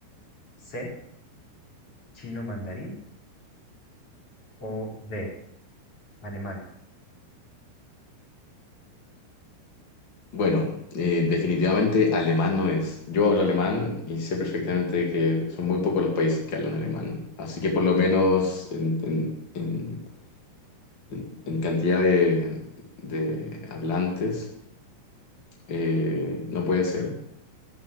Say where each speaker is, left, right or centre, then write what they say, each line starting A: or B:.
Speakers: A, on the left; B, on the left.
A: C, chino mandarín o D, alemán.
B: Bueno, eh, definitivamente alemán no es. Yo hablo alemán y sé perfectamente que son muy pocos los países que hablan alemán. Así que por lo menos en, en- en- en- en cantidad de, de hablantes eh, no puede ser.